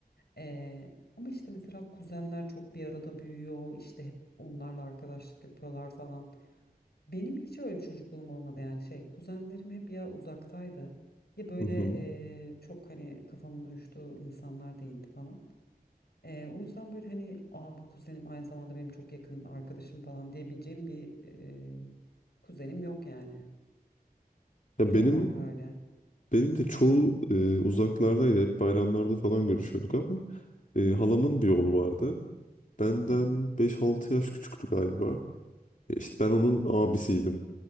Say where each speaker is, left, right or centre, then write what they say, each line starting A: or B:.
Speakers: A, on the left; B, on the left.
A: Ee, ama işte mesela kuzenler çok bir arada büyüyor. işte hep onlarla arkadaşlık yapıyorlar falan. Benim hiç öyle bir çocukluğum olmadı yani şey kuzenlerim hep ya uzaktaydı ya böyle
B: Hı hı.
A: e, çok hani kafamın uyuştuğu insanlar değildi falan. Ee, o yüzden böyle hani aa bu kuzenim aynı zamanda benim çok yakın arkadaşım falan diyebileceğim bir e, kuzenim yok yani.
B: Ya
A: Senin
B: benim
A: var mı öyle?
B: benim de çoğu e, uzaklardaydı. Hep bayramlarda falan görüşüyorduk ama e, halamın bir oğlu vardı. Benden
A: Hı hı
B: beş altı yaş küçüktü galiba. E, İşte ben onun abisiydim.